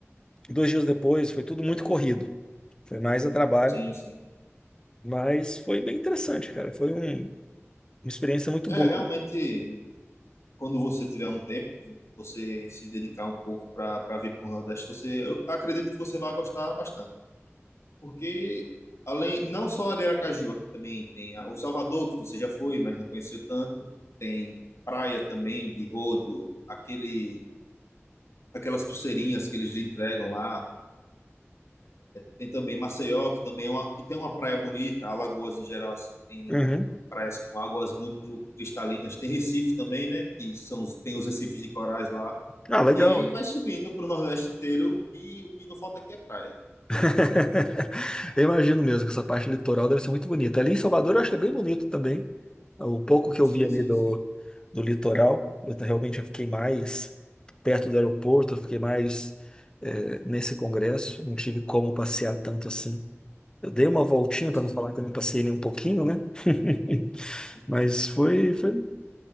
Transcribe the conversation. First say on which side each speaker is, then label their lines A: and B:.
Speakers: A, on the left; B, on the left.
A: dois dias depois. Foi tudo muito corrido. Foi mais a trabalho,
B: Sim, sim.
A: mas foi bem interessante, cara. Foi um- uma experiência muito
B: É,
A: boa.
B: realmente, quando você tiver um tempo, você se dedicar um pouco para para vir para o Nordeste, você, eu acredito que você vai gostar bastante. porque além não só a de Aracaju, aqui também tem a- o Salvador, que você já foi, mas não conheceu tanto, tem praia também de rodo, aquele aquelas pulseirinhas que eles entregam lá. Tem também Maceió, que também é uma, que tem uma praia bonita, Alagoas em geral assim, tem
A: Uhum.
B: praias com águas muito cristalinas. Tem Recife também, né, que são os- tem os recifes de corais lá.
A: Ah, legal.
B: E aí vai subindo para o Nordeste inteiro e o que não falta aqui é praia.
A: <laughs> Eu imagino mesmo que essa parte litoral deve ser muito bonita. Ali em Salvador eu achei bem bonito também. O pouco que eu
B: Sim,
A: vi ali
B: sim,
A: do,
B: sim.
A: do litoral, eu t- realmente eu fiquei mais perto do aeroporto, eu fiquei mais eh, nesse congresso, não tive como passear tanto assim. Eu dei uma voltinha para
B: Sim,
A: não falar que eu não passei nem um pouquinho, né? <laughs>
B: sim.
A: Mas foi, foi,